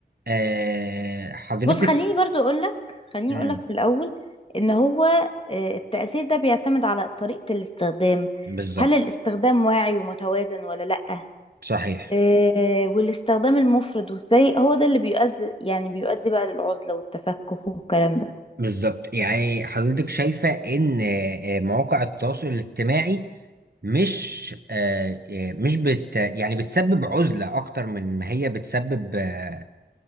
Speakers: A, on the right; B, on the left.
A: آه حضرتك
B: بص خليني برضو اقولك خليني
A: مم،
B: اقولك في الاول ان هو آه، التأثير ده بيعتمد على طريقة الاستخدام
A: بالظبط
B: هل الاستخدام واعي ومتوازن ولا لأ
A: صحيح
B: آه، والاستخدام المفرط والسيء هو ده اللي بيؤدي يعني بيؤدي بقى للعزلة والتفكك والكلام ده
A: بالظبط يعني حضرتك شايفة إن آه، مواقع التواصل الاجتماعي مش آه، آه، مش بت يعني بتسبب عزلة أكتر من ما هي بتسبب آه،